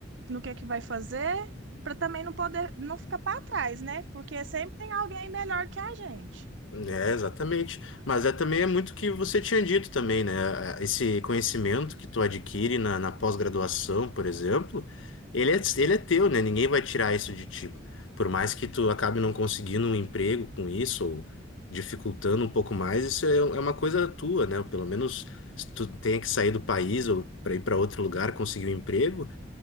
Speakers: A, on the right (about 65°); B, on the left (about 80°).
A: no que é que vai fazer, para também não poder não ficar para trás, né? Porque sempre tem alguém melhor que a gente.
B: É, exatamente. Mas é também é muito o que você tinha dito também, né? É, Esse conhecimento que tu adquire na, na pós-graduação, por exemplo, ele é, ele é teu, né? Ninguém vai tirar isso de ti. Por mais que tu acabe não conseguindo um emprego com isso, ou dificultando um pouco mais, isso é, é uma coisa tua, né? Pelo menos se tu tenha que sair do país ou para ir para outro lugar conseguir um emprego,